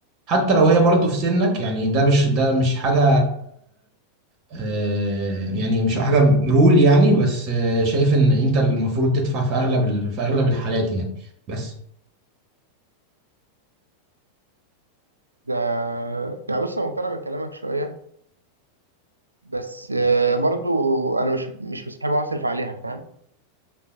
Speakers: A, on the right (about 35°); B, on the right (about 80°).
A: حتى لو هي برضه في سنك يعني ده مش ده مش حاجه آه، يعني مش حاجه رول يعني بس آه، شايف ان انت المفروض تدفع في اغلب ال- في اغلب الحالات يعني بس
B: ده يعني بص انا مقتنع بكلامك شويه بس آه، برضو انا مش مش مصاحبها اصرف عليها فاهم